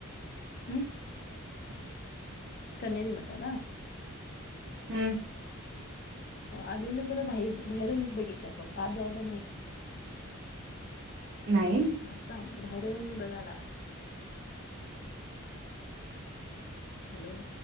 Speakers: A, on the left; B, on the right.
A: हू
B: <inaudible>
A: कणेरी मठाला
B: हू
A: आलेलो खरं बाहेर बाहेरूनच बघितलंय फक्त आत जायला नाही
B: नाही
A: आत जा भारी आहे म्हणे बघायला हॅलो